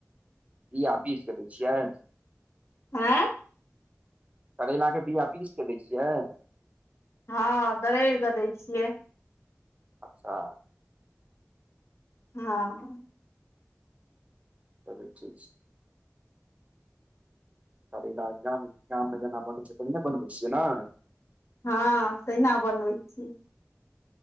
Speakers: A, on the right (about 25°); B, on the left (about 60°).
A: बिया पीसके दैछियै
B: आँ
A: करैलाक के बिया पीस के दै छियै
B: हँ दरेड़ कऽ दै छियै
A: अच्छा
B: हँ
A: तबे ठीक छै करैला गाम गाममे जेना बनबै छै तहनहि बनबै छियै ना
B: हँ तहिना बनबै छियै